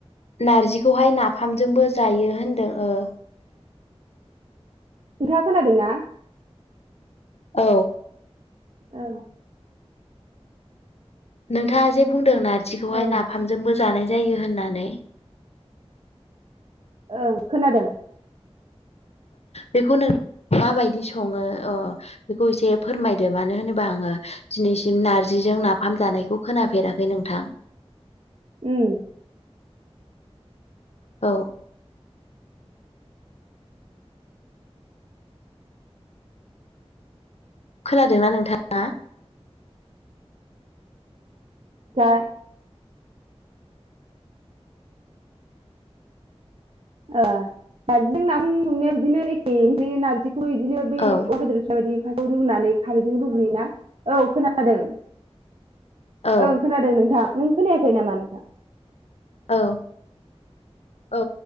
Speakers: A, on the left (about 75°); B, on the right (about 60°).
A: नारजिखौहाय नाफामजोंबो जायो होनदों ओ
B: नोंथाङा खोनादोंना?
A: औ
B: ओ
A: नोंथाङा जे बुंदों नारजिखौहाय
B: ओं
A: नाफामजोंबो जानाय जायो होननानै
B: ओं खोनादों।
A: बेखौ नों माबायदि सङो अ बेखौ एसे फोरमायदो मानो होनोबा आङो दिनैसिम नारजिजों नाफाम जानायखौ खोनाफेराखै नोंथां।
B: उम।
A: औ खोनादोंना नोंथाङा
B: <unintelligible> ओ नारजिजों नाजों संनाया बिदिनो एखे नारजिखौ बिदिनो बै
A: औ
B: अमाबेदर बिबायदि फाथौखौ रुनानै खारैजों रुग्रोयोना औ खोनादों।
A: औ
B: ओं खोनादों नोंथां नों खोनायाखै नामा नोंथां।
A: औ औ